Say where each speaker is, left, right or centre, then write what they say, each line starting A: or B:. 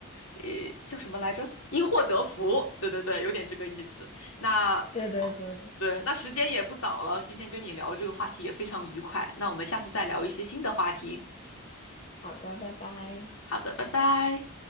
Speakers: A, on the left (about 70°); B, on the left (about 30°).
A: 呃，叫什么来着？因祸得福，对对对，有点这个意思。那哦，
B: 对对对，
A: 对，那时间也不早了，今天跟你聊这个话题也非常愉快，那我们下次再聊一些新的话题。
B: 好的，拜拜。
A: 好的，拜拜。